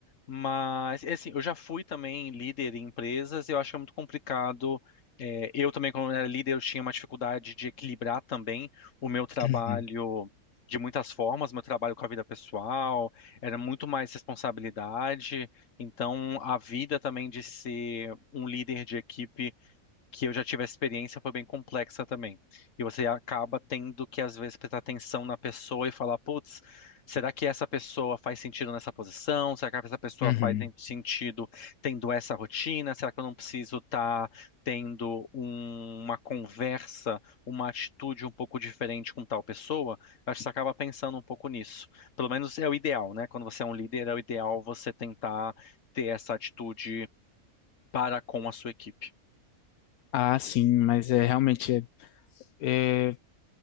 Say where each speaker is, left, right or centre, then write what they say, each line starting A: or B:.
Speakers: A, on the left; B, on the left.
A: Mas, é assim, eu já fui também líder em empresas, e eu acho que é muito complicado. É, eu também, quando era líder, eu tinha uma dificuldade de equilibrar também o meu trabalho
B: Uhum.
A: de muitas formas, meu trabalho com a vida pessoal, era muito mais responsabilidade. Então, a vida também de ser um líder de equipe que eu já tive a experiência foi bem complexa também. E você acaba tendo que, às vezes, prestar atenção na pessoa e falar, putz, será que essa pessoa faz sentido nessa posição? Será que essa pessoa
B: Uhum.
A: faz en- sentido tendo essa rotina? Será que eu não preciso estar tendo um- uma conversa, uma atitude um pouco diferente com tal pessoa? Acho que você acaba pensando um pouco nisso. Pelo menos é o ideal, né? Quando você é um líder, é o ideal você tentar ter essa atitude para com a sua equipe.
B: Ah, sim, mas é realmente. é, é